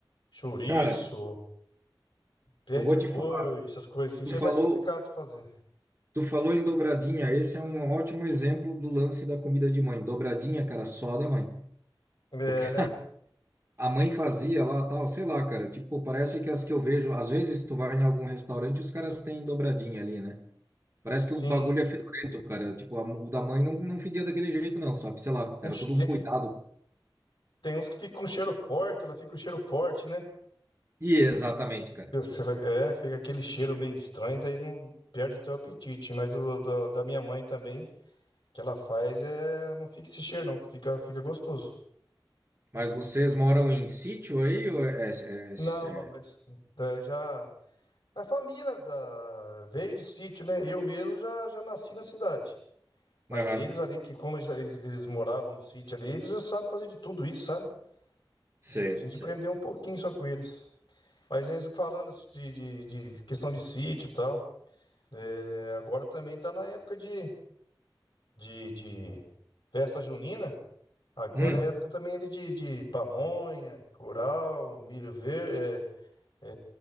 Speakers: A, on the left; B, on the right.
A: Chouriço,
B: Cara,
A: pé
B: eu
A: de
B: vou
A: boi,
B: te falar.
A: essas coisas assim,
B: Tu
A: já
B: falou.
A: é mais complicado de fazer.
B: Tu falou em dobradinha, esse é um ótimo exemplo do lance da comida de mãe. Dobradinha, cara, só da mãe.
A: É,
B: Porque <laughs>
A: né?
B: a mãe fazia lá, tal, sei lá, cara. Tipo, parece que as que eu vejo, às vezes tu vai em algum restaurante, os caras têm dobradinha ali, né? Parece
A: Sim.
B: que o bagulho é fedorento, cara. Tipo, a- o da mãe não, não fedia daquele jeito, não, sabe? Sei lá,
A: Uns
B: era todo
A: te-
B: um cuidado.
A: tem uns que ficam com cheiro forte, ela fica com cheiro forte, né?
B: E exatamente, cara.
A: Você vai- é, fica aquele cheiro meio estranho, daí não perde até o apetite. Mas o da, da minha mãe também, que ela faz, é, não fica esse cheiro, não. Fica, fica gostoso.
B: Mas vocês moram em sítio aí? Ou é, é, é-
A: Não, não, mas
B: é-
A: daí já. A família da, veio de sítio, né? Eu mesmo já, já nasci na cidade. Mas
B: Aham,
A: eles ali, que como eles, eles- eles moravam no sítio ali, eles já sabem fazer de tudo isso, sabe?
B: sei,
A: E aí a gente
B: sei.
A: aprendeu um pouquinho só com eles. Mas eles falando de, de, de questão de sítio e tal, é, agora também tá na época de, de, de festa junina. Agora
B: Hum,
A: é época também ali de, de pamonha, curau, milho verde, é,